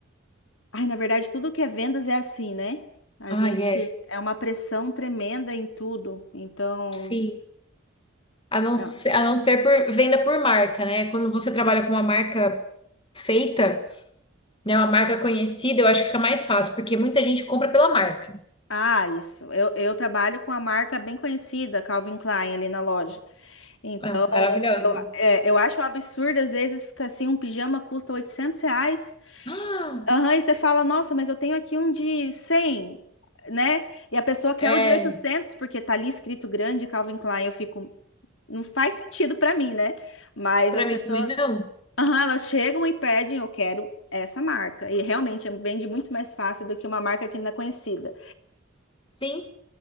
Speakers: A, on the left (about 65°); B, on the left (about 25°).
A: Ai, na verdade, tudo que é vendas é assim, né? A
B: Ah,
A: gente
B: é.
A: é uma pressão tremenda em tudo. Então.
B: Sim. A não
A: Ah,
B: ser, a não ser por venda por marca, né? Quando você trabalha com uma marca feita. né, uma marca conhecida, eu acho que fica mais fácil, porque muita gente compra pela marca.
A: ah, isso. Eu, eu trabalho com a marca bem conhecida, Calvin Klein, ali na loja. Então,
B: Ah, maravilhosa.
A: eu, é, eu acho um absurdo, às vezes, que assim, um pijama custa 800 reais.
B: Ah,
A: Aham, e você fala, nossa, mas eu tenho aqui um de 100, né? E a pessoa quer
B: é,
A: o de 800 porque tá ali escrito grande Calvin Klein. Eu fico, não faz sentido pra mim, né? Mas
B: pra
A: as
B: mim
A: pessoas,
B: também não.
A: aham, elas chegam e pedem, eu quero essa marca. E realmente vende muito mais fácil do que uma marca que não é conhecida.
B: Sim,